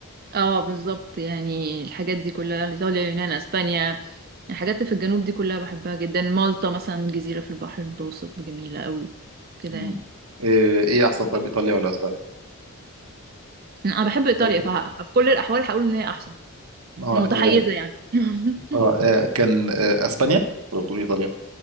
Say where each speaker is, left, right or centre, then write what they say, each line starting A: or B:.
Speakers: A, on the right; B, on the right.
A: اه بالظبط يعني الحاجات دي كلها ايطاليا يونان اسبانيا يعني الحاجات اللي في الجنوب دي كلها بحبها جدا مالطا مثلا جزيرة في البحر المتوسط جميلة قوي كده
B: مم.
A: يعني
B: إيه إيه أحسن طب إيطاليا ولا أسبانيا؟
A: انا بحب ايطاليا
B: أوكي.
A: فه- ففي كل الاحوال هقول ان هي احسن
B: آه
A: متحيزة
B: آه
A: يعني <laughs>
B: آه آه، كان آه أسبانيا ولا بتقول إيطاليا؟